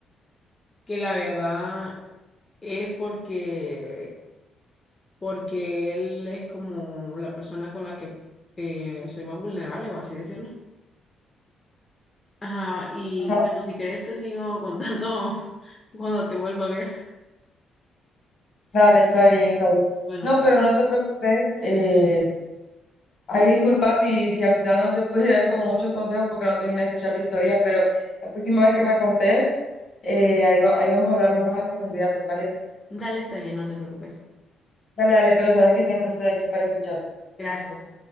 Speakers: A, on the left; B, on the left.
A: que la verdad es porque... porque él es como la persona con la que eh, soy más vulnerable, o así decirlo. Ajá, y
B: Ajá.
A: bueno, si querés te sigo contando <laughs> cuando te vuelva a ver.
B: Dale, está bien, está bien.
A: Bueno,
B: No,
A: pues.
B: pero no te preocupes. Eh, ahí disculpa si, si al final no te pude dar como muchos consejos porque no terminé de escuchar la historia, pero la próxima vez que me contés, eh, ahí va- ahí vamos a hablarlo más a profundidad, ¿te parece?
A: Dale, está bien, no te preocupes.
B: Dale, dale, pero sabes que siempre estoy aquí para escuchar.
A: Gracias.